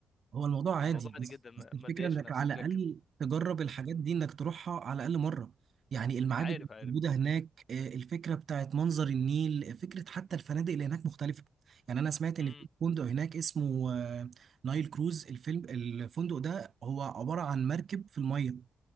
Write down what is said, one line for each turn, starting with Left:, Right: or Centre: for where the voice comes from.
Right: هو الموضوع
Left: الموضوع
Right: عادي
Left: عادي
Right: بس
Left: جدا ما
Right: بس الفكره
Left: ما تضايقش
Right: انك
Left: نفسك
Right: على الاقل
Left: لكن
Right: تجرب الحاجات دي انك تروحها على الاقل مره يعني المعابد
Left: عارف
Right: اللي
Left: عارف
Right: موجوده هناك آه، الفكره بتاعت منظر النيل آه، فكره حتى الفنادق اللي هناك مختلفه يعني انا سمعت
Left: امم
Right: ان في فندق هناك اسمه آه، نايل كروز الفيلم الفندق ده هو عباره عن مركب في الميه